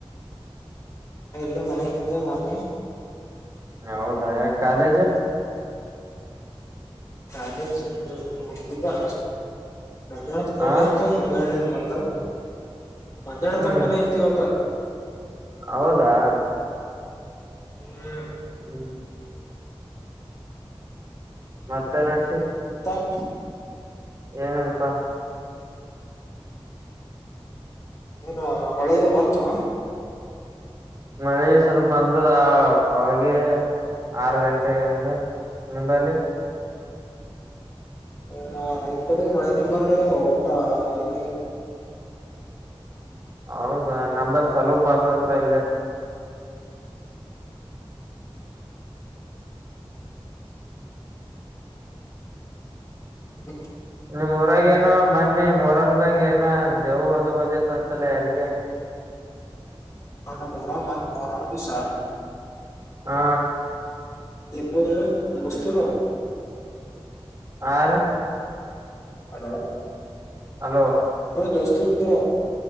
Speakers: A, on the left; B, on the right.
A: ಎಲ್ಲ ಮನೆಗತ್ತು ನಿ
B: ಹೌದ ಕಾಲೇಜ
A: ಕಾಲೇಜ್ ಹೋಗುದು ಅ ಮಧ ತಕಾನ
B: ಹ
A: ಇತ್ತು ಮಧ್ಯಾಹ್ನಿಂದ ಬಂದ ಮಧ್ಯಾಹ್ನ
B: ಹ್ಮ್
A: ತಕ್ಕಾನ ಐತಿವತ್ತ
B: ಹೌದಾ
A: ಹ್ಮ
B: ಹ್ಮ್ ಮತ್ತೆ ನನ್ಸ
A: ಹ
B: ಏನ್ ಅಲ್ಪ
A: ಏನು ಮಳೆಯದ ಬಂತು
B: ಮಳೆ ಸ್ವಲ್ಪ ಬಂದದ ಅವಾಗೆ ಆರು ಗಂಟೆಗಂಗ ನಿಂಬಲ್ಲಿ
A: ಹ ನನ್ನ ಕಡೆಗೆ ಮೈ ನ ಬರ್ಲ ಕದ ಒಟ್ಟ ಏನ
B: ಹೌದಾ ನಲ್ಲಿ ಸ್ಲೋಪ ಬಂದಪ್ಪ ಇಲ್ಲಿ
A: ಹ
B: ನಿಮಮ್ಮ ಹೊರಗೇನ ಮ ಮೊನ್ನೆ ಮೊರಮ್ದಾಗ ಏನ ದೇವ ಅದು ಮಜತ್ ಅಂತಲ್ಲ ಯಾರಿಗೆ
A: ಮರ ಮರ್ ದಿವಸ
B: ಹಾ
A: ಇಬರು ಮಸ್ತರ
B: ಆ ರ
A: ಹಲೋ
B: ಹಲೋ
A: ದೊಸ್ತೂರು ಬಿದ್ದರ